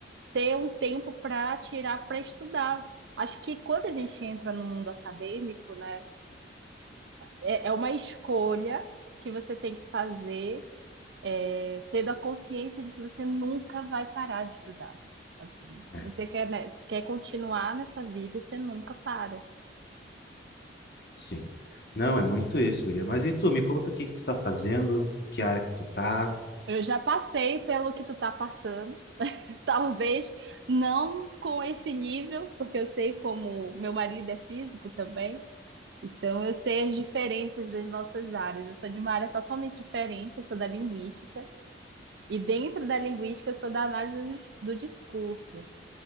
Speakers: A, on the right; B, on the left.
A: ter um tempo para tirar para estudar. Acho que quando a gente entra no mundo acadêmico, né, é é uma escolha que você tem que fazer, é, tendo a consciência de que você nunca vai parar de estudar. Assim,
B: É,
A: se você quer, né, quer continuar nessa vida, você nunca para.
B: sim. Não, é muito isso, guria. Mas e tu, me conta o que que tu tá fazendo, que área que tu tá.
A: Eu já passei pelo que tu tá passando. Talvez não com esse nível, porque eu sei como meu marido é físico também, então eu sei as diferenças das nossas áreas. Eu sou de uma área totalmente diferente, eu sou da linguística, e dentro da linguística eu sou da análise do dis- do discurso.